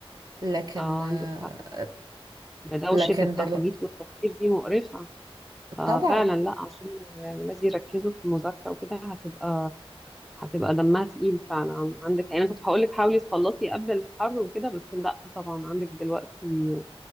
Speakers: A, on the right; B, in the centre.
A: لكن
B: اه
A: آه،
B: عندك حق طبعا ده دوشة
A: لكن
B: التخبيط
A: دلوقتي
B: والتفكير دي مقرفة ففعلا
A: طبعا
B: لا عشان ولادي يركزوا في المذاكرة وكده هتبقى هتبقى دمها تقيل فعلا عندك يعني انا كنت هقول لك حاولي تخلصي قبل الحر وكده بس لا طبعا عندك دلوقتي